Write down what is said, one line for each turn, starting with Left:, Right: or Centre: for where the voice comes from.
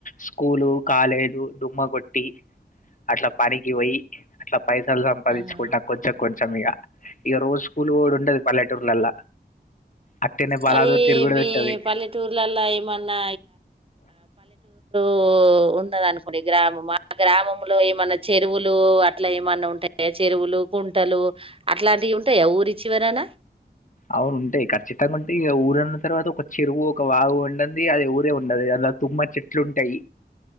Left: స్కూలు కాలేజ్ డుమ్మ కొట్టి అట్లా పని పోయి అట్ల పైసల్ సంపాదించి
Right: ఆ!
Left: స్కూల్ ట కొంచెం కొంచెం ఇగా ఇక రోజు స్కూల్ కూడా ఉంటది పల్లెటూర్లల్ల అక్కనే బలాదూర్
Right: మరి
Left: తిరుగుడు
Right: మీ
Left: ఉంటది
Right: పల్లెటూర్లలో ఏమన్నా ఓ ఉన్నదనుకోండి గ్రామం ఆ గ్రామంలో ఏమన్నా చే చెరువులు అట్లా ఏమన్నా ఉంటాయా చెరువులు కుంటలు అట్లాంటివి ఉంటాయి ఊరి చివరనా
Left: అవును ఉంటాయి ఖచ్చితంగా ఉంటే ఇక ఊరన్న తర్వాత ఒక చెరువు ఒక వాగు ఉండంది అది ఊరే ఉండది అది గాక తుమ్మ చెట్లుంటాయి